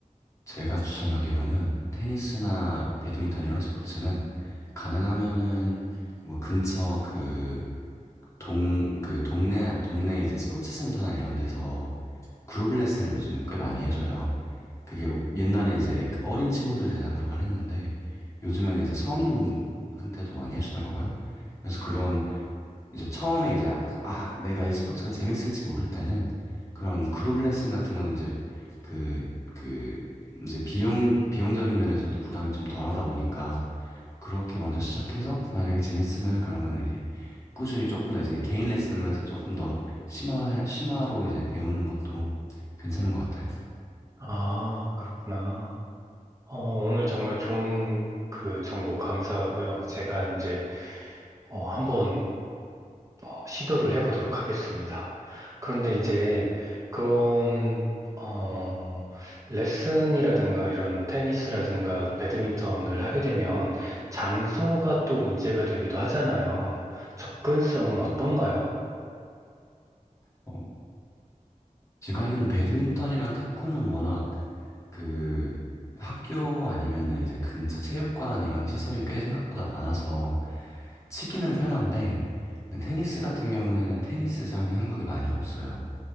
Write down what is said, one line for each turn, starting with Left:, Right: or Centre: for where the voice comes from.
Left: 제가 추천하기로는 테니스나 배드민턴 이런 스포츠는 가능하면은 뭐 근처 그 동, 그 동네, 동네 이제 스포츠 센터나 이런 데서 그룹 레슨을 요즘 꽤 많이 해줘요. 그게 옛날엔 이제 그 어린 친구들 대상으로만 했는데 요즘에는 이제 성인한테도 많이 해주더라고요. 그래서 그런 이제 처음에 이제 아, 내가 이 스포츠가 재밌을지 모를 때는 그런 그룹 레슨 같은 거는 이제 그, 그 이제 비용, 비용적인 면에서도 부담이 좀 덜하다 보니까 그렇게 먼저 시작해서 만약에 재밌으면은 그러면 이제 꾸준히 조금 더 이제 개인 레슨으로 해서 조금 더 심화 심화로 이제 배우는 것도 괜찮은 것 같아요.
Right: 아, 그렇구나. 어, 오늘 정말 좋은 그 정보 감사하고요. 제가 이제 어, 한번 어, 시도를 해보도록 하겠습니다. 그런데 이제 그런 어, 레슨이라든가 이런 테니스라든가 배드민턴을 하게 되면 장소가 또 문제가 되기도 하잖아요. 접근성은 어떤가요?
Left: 어, 제가 알기로는 배드민턴이랑 탁구는 워낙 그 학교 아니면은 이제 근처 체육관 이런 시설이 꽤 생각보다 많아서 치기는 편한데 근데 테니스 같은 경우에는 테니스장이 한국에 많이 없어요.